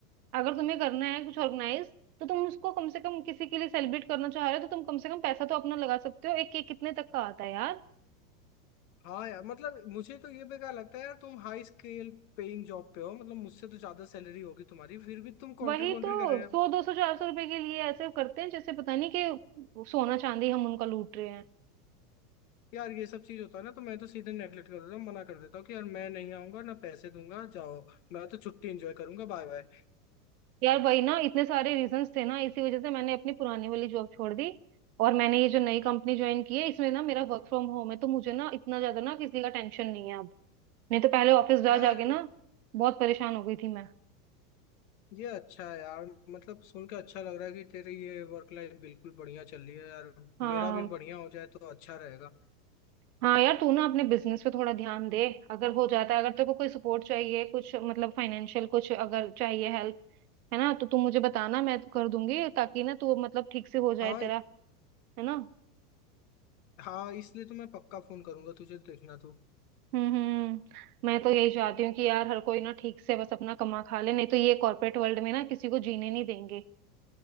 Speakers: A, on the right; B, on the left.
A: अगर तुम्हें करना है कुछ ऑर्गेनाइज तो तुम उसको कम से कम किसी के लिए सेलिब्रेट करना चाह रहे हो तो तुम कम से कम पैसा तो अपना लगा सकते हो एक केक कितने तक का आता है यार
B: हाँ यार मतलब मुझे तो ये बेकार लगता है यार तुम हाई स्केल पेइंग जॉब पे हो मतलब मुझसे तो ज्यादा सैलरी होगी तुम्हारी फिर भी तुम कॉन्ट्री
A: वही
B: कॉन्ट्री
A: तो
B: कर रहे
A: सौ
B: हो
A: दो सौ चार सौ रुपए के लिए ऐसे करते हैं जैसे पता नहीं कि सोना चांदी हम उनका लूट रहे हैं
B: यार ये सब चीज होता है ना तो मैं तो सीधे नेगलेक्ट कर देता हूँ मना कर देता हूँ कि यार मैं नहीं आऊंगा ना पैसे दूंगा जाओ मैं तो छुट्टी एंजॉय करूंगा बाय बाय
A: यार वही ना इतने सारे रीजंस थे ना इसी वजह से मैंने अपनी पुरानी वाली जॉब छोड़ दी और मैंने ये जो नई कंपनी ज्वाइन की है इसमें ना मेरा वर्क फ्रॉम होम है तो मुझे ना इतना ज्यादा ना किसी का टेंशन नहीं है अब नहीं तो पहले ऑफिस जा
B: यार
A: जाके ना बहुत परेशान हो गई थी मैं
B: ये अच्छा है यार मतलब सुन के अच्छा लग रहा है कि तेरी ये वर्क लाइफ बिल्कुल बढ़िया चल रही है यार
A: हाँ
B: मेरा भी बढ़िया हो जाए तो अच्छा रहेगा
A: हाँ यार तू ना अपने बिजनेस पे थोड़ा ध्यान दे अगर हो जाता है अगर तेरे को कोई सपोर्ट चाहिए कुछ मतलब फाइनेंशियल कुछ अगर चाहिए हेल्प है ना तो तू मुझे बताना मैं कर दूंगी ताकि ना तू मतलब ठीक से हो जाए
B: हाँ
A: तेरा है ना
B: हाँ इसलिए तो मैं पक्का फोन करूंगा तुझे देखना तू
A: हम्म हम्म। मैं तो यही चाहती हूँ कि यार हर कोई ना ठीक से बस अपना कमा खा ले नहीं तो ये कॉर्पोरेट वर्ल्ड में ना किसी को जीने नहीं देंगे